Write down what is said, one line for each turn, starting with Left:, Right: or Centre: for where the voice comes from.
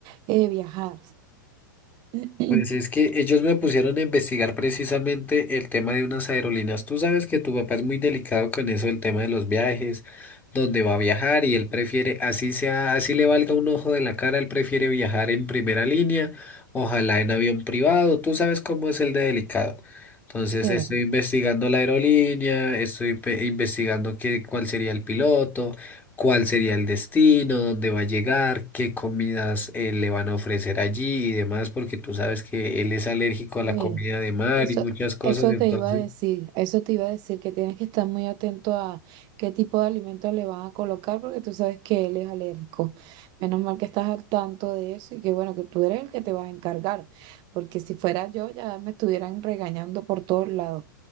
Right: eh, viajar. <clears throat>
Left: pues es que ellos me pusieron a investigar precisamente el tema de unas aerolíneas. Tú sabes que tu papá es muy delicado con eso, el tema de los viajes, dónde va a viajar y él prefiere, así sea, así le valga un ojo de la cara, él prefiere viajar en primera línea, ojalá en avión privado, tú sabes cómo es el de delicado. Entonces
Right: Sí.
Left: estoy investigando la aerolínea, estoy pe- investigando qué, cuál sería el piloto. cuál sería el destino, dónde va a llegar, qué comidas eh, le van a ofrecer allí y demás, porque tú sabes que él es alérgico a
Right: Sí,
Left: la comida de mar
Right: eso,
Left: y muchas cosas,
Right: eso
Left: entonces...
Right: te iba a decir, eso te iba a decir que tienes que estar muy atento a qué tipo de alimentos le van a colocar porque tú sabes que él es alérgico. Menos mal que estás al tanto de eso y que bueno, que tú eres el que te vas a encargar, porque si fuera yo ya me estuvieran regañando por todos lados.